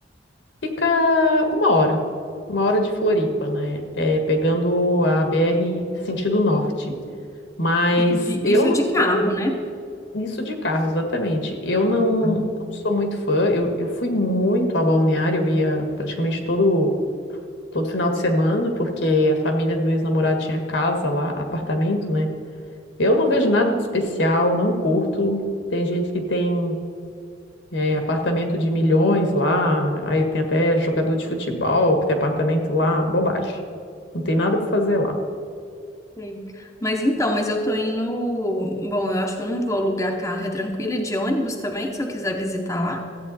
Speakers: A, on the left; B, on the left.
A: Fica uma hora, uma hora de Floripa, né? É, pegando a BR sentido norte. Mas
B: Isso de,
A: eu,
B: isso
A: não-
B: de carro,
A: eu não.
B: né?
A: Isso de carro, exatamente. Eu
B: Ah,
A: não, não sou muito fã. Eu, eu fui muito a Balneário, eu ia praticamente todo, todo final de semana, porque a família do meu ex-namorado tinha casa lá, apartamento, né? Eu não vejo nada de especial, não curto. Tem gente que tem é, apartamento de milhões lá, aí tem até jogador de futebol que tem apartamento lá, bobagem. Não tem nada para fazer lá.
B: sei. Mas então, mas eu tô indo. Bom, eu acho que eu não vou alugar carro, é tranquilo, e de ônibus também, se eu quiser visitar lá.